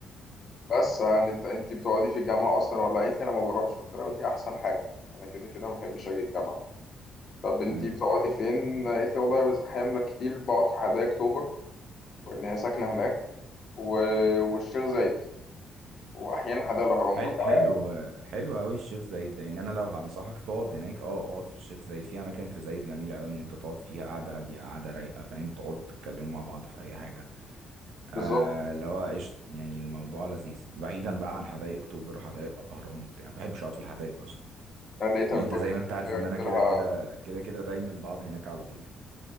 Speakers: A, on the left; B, on the right.
A: بس يعني انت انت بتقعدي في الجامعه اصلا ولا قالت لي انا ما بروحش قلت لها ودي احسن حاجه انا كده كده ما بحبش اجي الجامعه طب انت
B: امم
A: بتقعدي فين قالت لي والله بس احيانا كتير بقعد في حدائق اكتوبر وان هي ساكنه هناك و... والشيخ زايد واحيانا حدائق الاهرام
B: حلو
A: برضه
B: حلو حلو قوي الشيخ زايد ده يعني انا لو هنصحك تقعد هناك اه اقعد في الشيخ زايد في اماكن في زايد جميله قوي ان انت تقعد فيها قاعده هاديه قاعده رايقه فاهم تقعدوا تتكلموا مع بعض في اي حاجه آه
A: بالظبط
B: اللي هو قشطه يعني الموضوع لذيذ بعيدا بقى عن حدائق اكتوبر وحدائق الاهرام بتاع ما بحبش اقعد في الحدائق اصلا
A: انا لقيتها
B: يعني انت
A: بتقول
B: زي
A: لي في
B: ما انت
A: الحدائق،
B: عارف ان
A: قلت
B: انا كده
A: لها
B: كده كده كده دايما بقعد هناك على طول